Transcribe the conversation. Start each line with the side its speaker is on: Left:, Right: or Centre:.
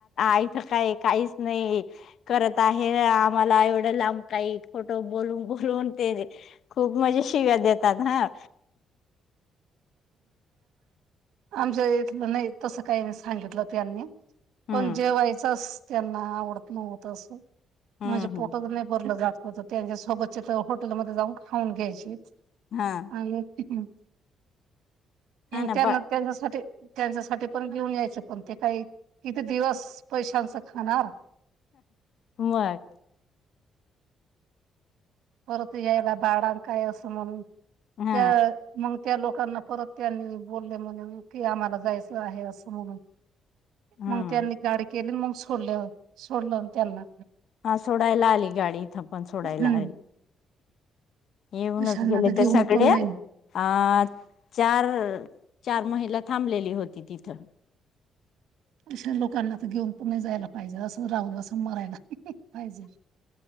Left: यथं काय काहीच नाही. करत आहे. आम्हाला एवढं लाम काही खोट बोलून बोलून ते खूप मजे शिव्या देतात. ह.
Right: आमच्या इथलं नाही. तसं काही नाही सांगितलं त्यांनी.
Left: हम्म
Right: पण जेवायचंस त्यांना आवडत नव्हत. असं.
Left: हम्म
Right: म्हणजे पोटच
Left: हम्म
Right: नाही भरलं जात होत. त्यांच्या सोबतचे त हॉटेलमध्ये जाऊन खाऊन घ्यायचे.
Left: हा.
Right: ह <unintelligible>
Left: हा ना
Right: त्यांना
Left: ब
Right: त्यांच्यासाठी, त्यांच्यासाठी पण घेऊन यायचे. पण ते काही किती दिवस पैशांच खाणार.
Left: मग.
Right: परत यायला भाडान काय असं म्हणून
Left: हा
Right: त्या मग त्या लोकांना परत त्यांनी बोलले. म्हणे की आम्हाला जायचं आहे असं म्हणून.
Left: हम्म
Right: मग त्यांनी गाडी केली मग सोडल. सोडलं त्यांना.
Left: हा सोडायला आली गाडी. इथं पण सोडायला
Right: हम्म
Left: आली. येऊनच
Right: अशांना
Left: गेले
Right: तर
Left: त्या
Right: घेऊन
Left: सगळे.
Right: पण नाही
Left: अ चार चार महिला थांबलेली होती तिथं.
Right: इथल्या लोकांना तर घेऊन पुन्हा जायला पाहिजे. असं राहू असं मरायला. पाहिजे